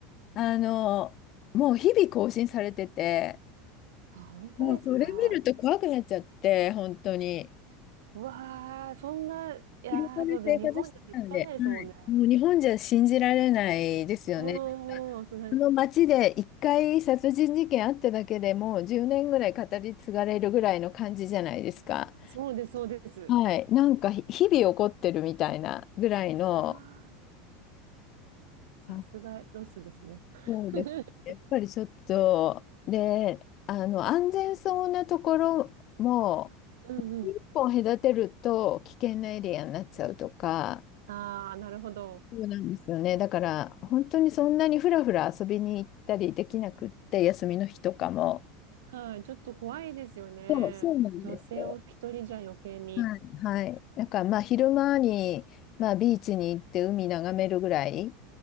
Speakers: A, on the left; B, on the right.
A: あの、もう日々更新されてて、
B: あ、本当ですか
A: もうそれ見ると怖くなっちゃって、本当に。
B: うわー、そんな、いやー、
A: 車で生活してたんで、
B: そうで、日本じゃ絶対ないですもんね。
A: はい、もう日本じゃ信じられないですよね。
B: うんうん、
A: なんかあの街で一回殺人事件あっただけでもう10年ぐらい語り継がれるぐらいの感じじゃないですか。
B: それそうです、そうです。
A: はい、なんかひ日々起こってるみたいなぐらいの、
B: うわー、さすがロスですね。
A: あ、そうですね。
B: <laughs>
A: やっぱりちょっと、で、あの安全そうなところも
B: うんうん。
A: 一本隔てると危険なエリアになっちゃうとか、
B: ああ、なるほど。
A: そうなんですよね。だから、本当にそんなにふらふら遊びに行ったりできなくって、休みの日とかも。
B: はい、ちょっと怖いですよね。
A: そう、そうなんですよ。
B: 女性を一人じゃ余計に。
A: はい。はい。なんか、まあ、昼間に、まあ、ビーチに行って海眺めるぐらい